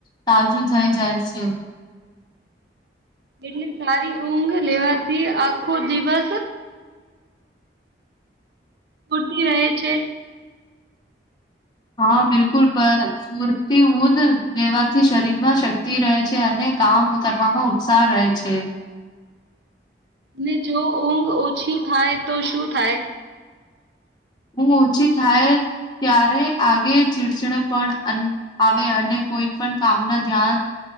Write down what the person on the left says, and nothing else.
તાજું થઈ જાય છે.
હા બિલકુલ ફૂરતી ઉધ લેવાથી શરીરમાં શક્તિ રહે છે અને કામ કરવામાં ઉત્સાહ રહે છે.
હું ઓછી થાય ત્યારે આગે ચીડચડ પણ આવે, અને કોઈ પણ કામના ધ્યાન